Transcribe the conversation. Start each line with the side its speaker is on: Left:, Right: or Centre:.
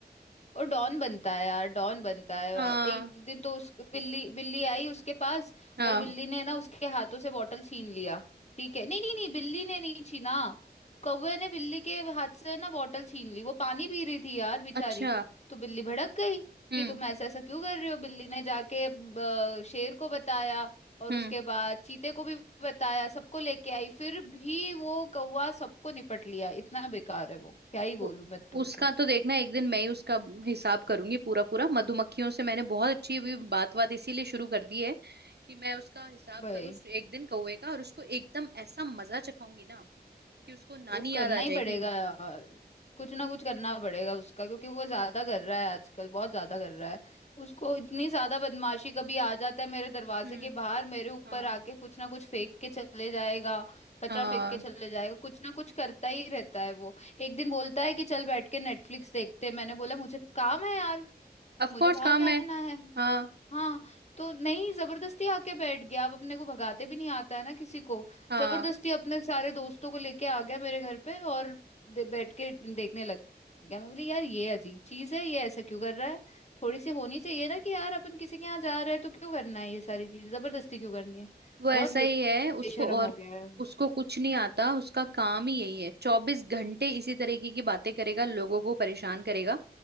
Left: और डॉन बनता है यार डॉन बनता है
Right: हाँ
Left: यार एक एक दिन तो उस बिल्ली बिल्ली आई उसके पास
Right: हाँ
Left: और बिल्ली ने ना उसके हाथों से बॉटल छीन लिया ठीक है नहीं नहीं नहीं बिल्ली ने नहीं छीना कौवे ने बिल्ली के हाथ से ना बॉटल छीन ली वो पानी पी रही थी यार बेचारी
Right: अच्छा
Left: तो बिल्ली भड़क गई
Right: हम्म
Left: कि तुम ऐसा ऐसा क्यों कर रहे हो बिल्ली ने जाके अ, शेर को बताया और
Right: हम्म
Left: उसके बाद चीते को भी बताया सबको लेके आई फिर भी वो कौवा सबको निपट लिया इतना बेकार है वो क्या ही बोलूं
Right: उ-
Left: मैं तुमको
Right: उसका तो देखना एक दिन मैं ही उसका हिसाब करूंगी पूरा पूरा मधुमक्खियों से मैंने बहुत अच्छी अभी बात बात इसीलिए शुरू कर दी है कि मैं उसका हिसाब
Left: वही
Right: करूँ एक दिन कौवे का और उसको एकदम ऐसा मजा चखाऊंगी ना कि उसको नानी
Left: वो करना
Right: याद आ
Left: ही पड़ेगा
Right: जाएगी
Left: यार कुछ ना कुछ करना पड़ेगा उसका क्योंकि वो ज्यादा कर रहा है आजकल बहुत ज्यादा कर रहा है उसको इतनी ज्यादा बदमाशी कभी आ जाता है मेरे दरवाजे
Right: हम्म
Left: के बाहर मेरे ऊपर
Right: हाँ
Left: आके कुछ ना कुछ फेंक के चले जाएगा कचरा
Right: हाँ
Left: फेंक के चले जाएगा कुछ ना कुछ करता ही रहता है वो एक दिन बोलता है कि चल बैठ के नेटफ्लिक्स देखते हैं। मैंने बोला मुझे काम है यार
Right: ऑफ
Left: मुझे
Right: कोर्स
Left: बाहर
Right: काम
Left: जाना
Right: है
Left: है
Right: हाँ
Left: हाँ तो नहीं जबरदस्ती आके बैठ गया अब अपने को भगाते भी नहीं आता है ना किसी को
Right: हाँ
Left: जबरदस्ती अपने सारे दोस्तों को लेके आ गया मेरे घर पे और दे, बैठ के देखने लग गया मैं बोली यार ये अजीब चीज है ये ऐसा क्यों कर रहा है थोड़ी सी होनी चाहिए ना कि यार अपन किसी के यहाँ जा रहे हैं तो क्यों करना है ये सारी चीजें जबरदस्ती क्यों करनी है
Right: वो ऐसा
Left: बहुत बे-
Right: ही है उसको
Left: बेशरम
Right: और
Left: हो गया है
Right: उसको कुछ नहीं आता उसका काम ही यही है चौबीस घंटे इसी तरीके की बातें करेगा लोगों को परेशान करेगा